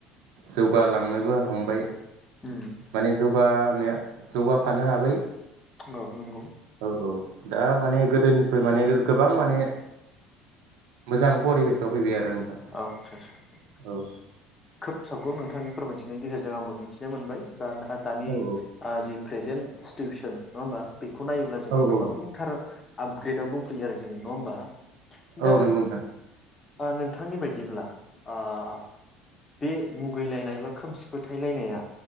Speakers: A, on the right (about 90°); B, on the left (about 15°).
A: जौगालांनोबो हमबाय।
B: उम
A: माने जौगानो जौगाफानो हाबाय।
B: औ नंगौ
A: औ औ दा माने गोदोनिफ्राय माने गोबां माने मोजां परिबेसाव फैबाय आरो नोंथां
B: औ आदसा आदसा
A: औ
B: खोब साबगौ नोंथांनि फोरमायथिनायनि गेजेरजों जों आंबो मिथिनो मोनबाय बा दा-दानि
A: औ
B: आ जि प्रेजेन्ट सिटिउसन नङा होमबा? बेखौ नायोब्ला जोङो
A: औ
B: गोबांथार
A: औ
B: आपग्रेडाव दंफैयो आरो जोङो नङा होमबा?
A: औ
B: दा
A: नंगौ नोंथां
B: आ‌ नों नोथांनि बायदिब्ला ओ बे मुगैलायनाय बा खोमसि फोथायलायनाया